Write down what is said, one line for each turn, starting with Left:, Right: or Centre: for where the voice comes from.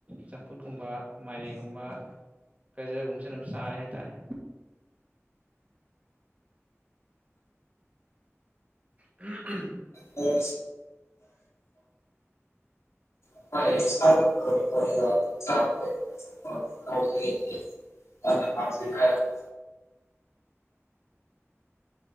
Right: ꯆꯝꯐꯨꯠꯀꯨꯝꯕ ꯃꯥꯏꯔꯦꯡꯒꯨꯝꯕ ꯀꯖꯔꯒꯨꯝꯕꯁꯦ ꯑꯗꯨꯝ ꯆꯥꯔꯦ ꯍꯥꯏꯇꯥꯔꯦ ꯎ
Left: ꯎꯦ ꯆ ꯆ ꯔ